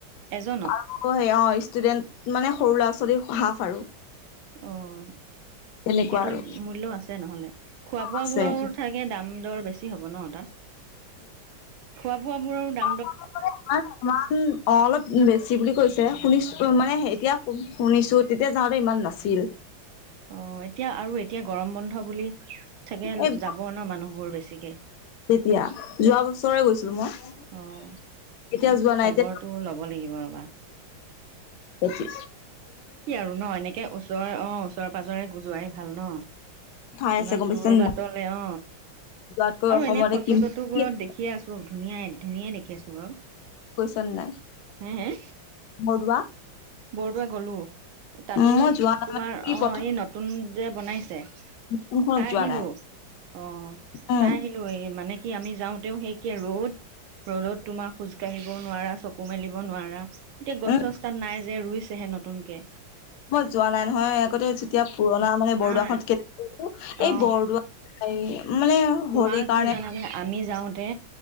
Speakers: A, on the right (about 80°); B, on the left (about 70°).
A: এজনত।
B: আৰু সে অ ষ্টুডেন্ট মানে সৰু ল'ৰা ছোৱালী হাফ আৰু।
A: অ টিকেটৰ
B: তেনেকুৱা আৰু
A: মূল্যও আছে নহ'লে। খোৱা বোৱাবোৰৰ
B: আছে
A: থাগে দাম দৰ বেছি হ'ব ন তাত। খোৱা বোৱা বোৰৰ দা-
B: <unintelligible> ইমান অলপ বেছি বুলি কৈছে শুনিছ- মানে এতিয়া শুনিছোঁ তেতিয়া যাওঁতে ইমান নাছিল।
A: অ এতিয়া আৰু এতিয়া গৰম বন্ধ বুলি চাগে
B: এই
A: যাব ন মানুহবোৰ বেছিকে।
B: তেতিয়া যোৱা বছৰে গৈছিলোঁ মই।
A: অ'।
B: এতিয়া
A: উম
B: যোৱা নাই
A: খবৰটো
B: এতিয়া
A: ল'ব লাগিব ৰবা।
B: এতি
A: কি আৰু ন এনেকে ওচৰ অ ওচৰেৰে পাজৰে গু যোৱাই ভাল ন।
B: ঠাই আছে
A: ইমান
B: গম পাইছা
A: দূৰ বাটলে
B: নাই
A: অ
B: যোৱাতকৈ
A: আৰু
B: অসমতে
A: এনেই ফটো
B: কি
A: চটো
B: কি
A: বোৰত
B: আছে
A: দেখিয়ে আছোঁ ধুনীয়াই। ধুনীয়াই দেখি আছোঁ বাৰু
B: গৈছা নাই
A: হে হে
B: বৰদোৱা
A: বৰদোৱা গলোঁ। তাতো
B: মই যোৱা নাই
A: তোমাৰ
B: মানে কি
A: অ
B: প্ৰথম
A: এই নতুন যে বনাইছে।
B: কোনখনত
A: চাই
B: যোৱা
A: আহিলোঁ
B: নাই
A: অ
B: উম
A: চাই আহিলোঁ এই মানে কি আমি যাওঁতেও সে একে ৰ'দ ৰ'দত তোমাৰ খোজকাঢ়িব নোৱাৰা চকু মেলিব নোৱাৰা এতিয়া গছ
B: উম
A: চছ তাত নাই যে ৰুইছেহে নতুনকে।
B: মই যোৱা নাই নহয় আগতে যেতিয়া পুৰণা মানে
A: নাই
B: বৰদোৱাখন কেত
A: অ
B: এই বৰদোৱা মানে
A: তোমাৰ
B: হৰি কাৰণে-
A: কি জানানে আমি যাওঁতে